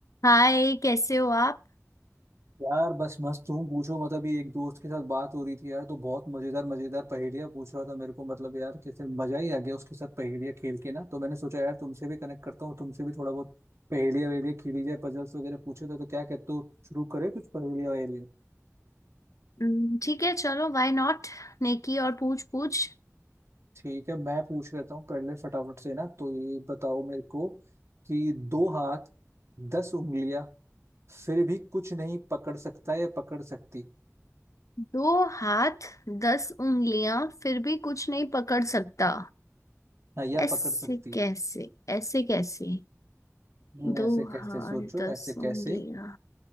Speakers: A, on the left; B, on the right.
A: हाय कैसे हो आप
B: यार बस मस्त तुम पूछो मतलब ये एक दोस्त के साथ बात हो रही थी यार तो बहुत मजेदार मजेदार पहेलियां पूछ रहा था मेरे को मतलब यार कैसे मजा ही आ गया उसके साथ पहेलियां खेल के ना तो मैंने सोचा यार तुमसे भी कनेक्ट करता हूँ तुमसे भी थोड़ा बहुत पहेलियां वहेलियां खेली जाए पजल्स वगैरह पूछे थे तो क्या कहते हो शुरू करें कुछ पहेलियां वहेलियां
A: हम्म, ठीक है चलो व्हाई नॉट नेकी और पूछ पूछ
B: ठीक है मैं पूछ लेता हूँ पहले फटाफट से ना तो ये बताओ मेरे को कि दो हाथ दस उंगलियां फिर भी कुछ नहीं पकड़ सकता या पकड़ सकती
A: दो हाथ दस उंगलियां फिर भी कुछ नहीं पकड़ सकता
B: हाँ या
A: ऐसे
B: पकड़ सकती
A: कैसे ऐसे कैसे
B: हम्म,
A: दो
B: ऐसे कैसे
A: हाथ
B: सोचो
A: दस
B: ऐसे कैसे
A: उंगलियां